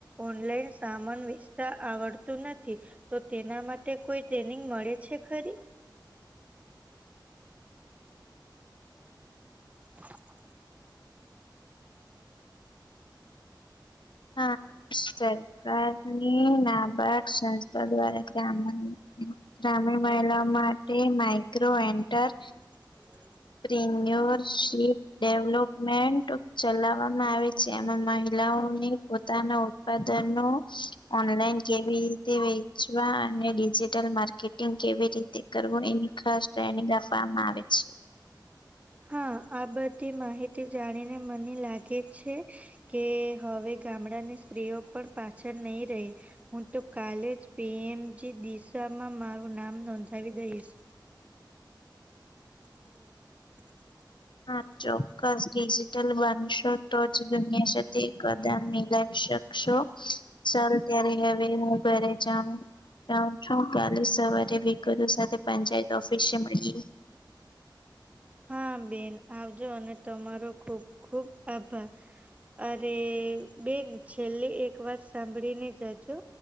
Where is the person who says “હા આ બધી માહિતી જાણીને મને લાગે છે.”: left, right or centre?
Right